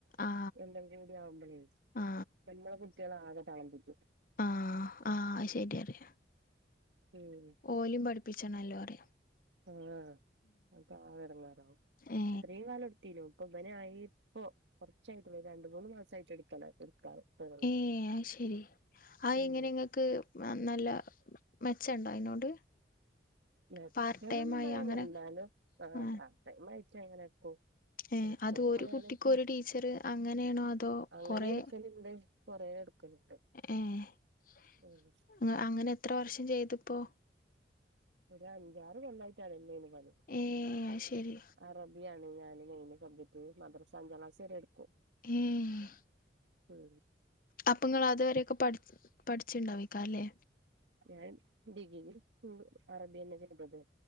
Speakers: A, on the left; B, on the right.
A: ആ
B: രണ്ടും കൂടി ആവുമ്പഴേ
A: ആ
B: നമ്മള കുട്ട്യളെ ആകെ താളം തെറ്റും.
A: ആഹ് ആഹ് അത് ശെരിയാ പറയാ
B: ഉം
A: ഓലും പഠിപ്പിച്ചണല്ലോ പറയും.
B: ആഹ് അത് ആകെ എടങ്ങേറ് ആവും.
A: ഏ
B: ഇത്രയും കാലം എടുത്തീനു ഇപ്പൊ ഇബനായി ഇപ്പൊ കുറച്ചായിട്ടുള്ളു രണ്ട് മൂന്ന് മാസായിട്ട് <unintelligible> തുടങ്ങി
A: ഏഹ് അത് ശരി. അയ്
B: ഉം
A: എങ്ങനെ ഇങ്ങക്ക് നല്ല മെച്ചണ്ടോ അയിനോട്
B: മെച്ചൊന്നൊന്നും
A: പാർട്ട് ടൈം ആയി
B: പറയാനില്ല
A: അങ്ങനെ
B: എന്നാലും ആഹ്
A: ആ
B: പാർട്ട് ടൈം ആയിട്ട് അങ്ങനെ എടുക്കും
A: ഏ
B: മെച്ചൊന്നു
A: അത് ഒരു
B: പറയാനിപ്പ
A: കുട്ടിക്ക് ഒരു ടീച്ചർ അങ്ങനെയാണോ അതോ
B: അങ്ങനെ
A: കൊറേ
B: എടുക്കലുണ്ട് കൊറേ എടുക്കലുണ്ട്.
A: ഏഹ്
B: ഉം
A: അങ്ങനെ എത്ര വർഷം ചെയ്തിപ്പോ
B: ഒരു അഞ്ചാറ് കൊല്ലായിട്ട് അതന്നെണ് പണി.
A: ഏ അത് ശരി
B: അറബി <unintelligible> <unintelligible> ഞാന് മെയിന് സബ്ജക്റ്റ് മദ്റസ അഞ്ചാം ക്ലാസ് വരെ എടുക്കും.
A: ഏഹ്.
B: മ്ഹ്
A: അപ്പൊ ഇങ്ങള് അതുവരെയൊക്കെ പടിച്ചു, പഠിച്ചു ഇണ്ടാവിക്കാം അല്ലേ
B: ഞാൻ ഡിഗിരി അറബി അന്നെ ചെയ്തത്.